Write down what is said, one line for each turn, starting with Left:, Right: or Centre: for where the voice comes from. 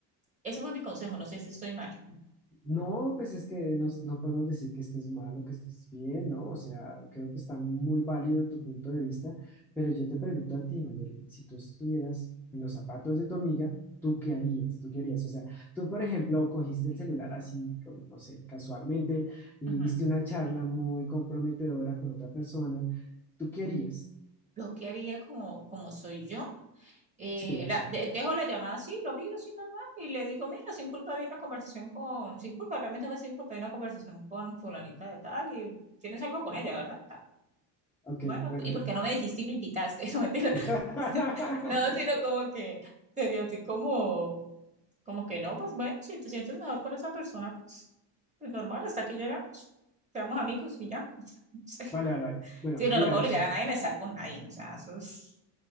Right: Ese fue mi consejo, no sé si estoy mal.
Centre: No, pues es que nos- no, podemos decir que estés mal o que estés bien, ¿no? O sea, creo que está muy válido tu punto de vista, pero yo te pregunto a ti, Mayeli, si tú estuvieras en los zapatos de tu amiga, ¿tú qué harías? ¿Tú qué harías? O sea, tú, por ejemplo, cogiste el celular así, con- no sé, casualmente, y
Right: Ujú.
Centre: viste una charla muy comprometedora con otra persona, ¿tú qué harías?
Right: Lo que haría como, como soy yo, eh,
Centre: Sí, o
Right: la,
Centre: sea,
Right: de- dejo la llamada así, lo miro así normal y le digo, mira, sin culpa había una conversación con, sin culpa, realmente fue sin culpa, había una conversación con fulanita de tal y tienes algo con ella, ¿verdad? Ta.
Centre: ok,
Right: Bueno,
Centre: bueno,
Right: pues, ¿y por qué no me dijiste y me invitaste? <laughs> No, <laughs>
Centre: <laughs>
Right: No, sino como que sería así como, como que no, pues bueno, si te sientes mejor con esa persona, pues, pues normal, hasta aquí llegamos. Seamos amigos y ya. <laughs>
Centre: Vale, vale, vale. Bueno,
Right: Sí, no,
Centre: digamos,
Right: no puedo obligar a nadie a estar con nadie, o sea, eso es...